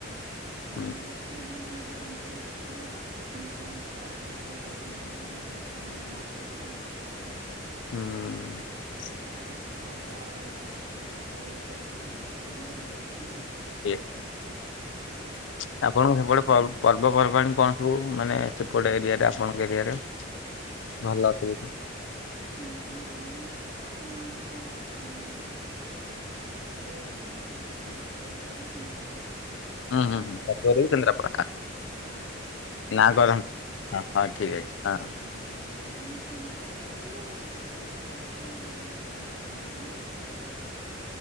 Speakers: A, on the right; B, on the left.
A: ଆଉ
B: ହୁଁ
A: ଇଲେକ୍ଟ୍ର ବିଲ୍ ଦୁଇଶହ ତିନିଶହ ଆସିବ ଆଉ, କିନ୍ତୁ ପ୍ରାଇଭେଟରେ କହୁଛନ୍ତି କି ମାନେ ମାସକୁ ପାଞ୍ଚ ହଜାର।
B: ହୁଁ।
A: ତାପରେ ଖାଇବା ଅଲଗା, ଚାରି ହଜାର ପାଶହ ଅଧିକ ହେଇଯାଉଛି ନା।
B: ଏ ଆପଣଙ୍କ ସେପଟେ ପର୍ବପର୍ବାଣି କଣ ସବୁ ମାନେ ସେପଟେ ଏରିଆରେ ଆପଣଙ୍କ ଏରିଆରେ? ଭଲ
A: ନାଇଁ ଆମର ତ ମୋର ତ ମାନେ ଯୋଉ ଯୋଉ ବାପ ଘର ବି କେନ୍ଦ୍ରାପଡା।
B: ହୁଁ
A: ଅ
B: ହୁଁ ହୁଁ ବାପ ଘର କେନ୍ଦ୍ରାପଡ଼ା,
A: ତ ହଁ ତ
B: ନା କଣ? ହ ହଁ ଠିକ ଅଛି ହଁ।
A: ଉଁ ମାନେ କେନ୍ଦ୍ରାପଡ଼ା କହିଲେ ଶାଶୁଘରଟା ପ୍ରପର କେନ୍ଦ୍ରାପଡ଼ା ନୁହଁ ଟିକେ ଏପଟ ସାଇଡ଼୍